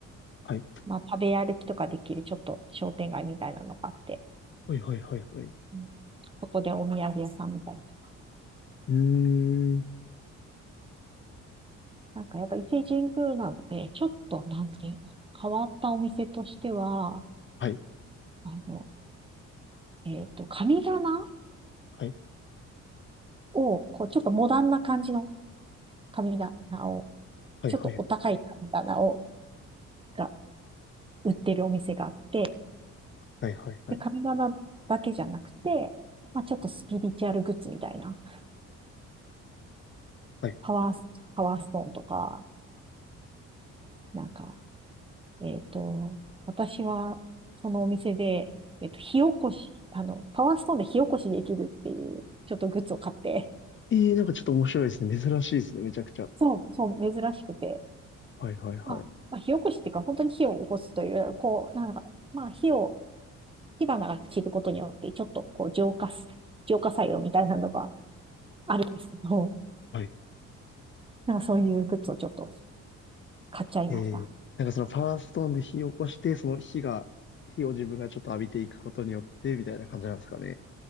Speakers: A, on the left; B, on the right.
A: はい。
B: まあ、食べ歩きとかできるちょっと商店街みたいなのがあって、
A: はいはいはいはい。
B: うんそこでお土産屋さんみたいとか。
A: うーん。
B: なんかやっぱ伊勢神宮なのでね、ちょっと、なんていうの、変わったお店としては、
A: はい。
B: あの、えっと、神棚
A: はい。
B: を、こう、ちょっとモダンな感じの神棚を、
A: はいはい。
B: ちょっとお高い神棚を、が売ってるお店があって、
A: はいはいはい。
B: で、神棚だけじゃなくて、まあ、ちょっとスピリチュアルグッズみたいな。
A: はい。
B: パワース、パワーストーンとか、なんか、えっと、私は、そのお店で、えっと、火起こし、あの、パワーストーンで火起こしできるっていう、ちょっとグッズを買って、
A: えー、なんかちょっと面白いですね。珍しいですね。めちゃくちゃ。
B: そう、そう、珍しくて、
A: はいはいはい。
B: まあ、まあ、火起こしっていうか、本当に火を起こすというよりは、こう、なんか、まあ、火を、火花が散ることによって、ちょっと、こう、浄化す、浄化作用みたいなのがあるんですけど、
A: はい。
B: なんかそういうグッズをちょっと買っちゃいました。
A: えー、なんかそのパワーストーンで火を起こして、その火が、火を自分がちょっと浴びていくことによって、みたいな感じなんですかね。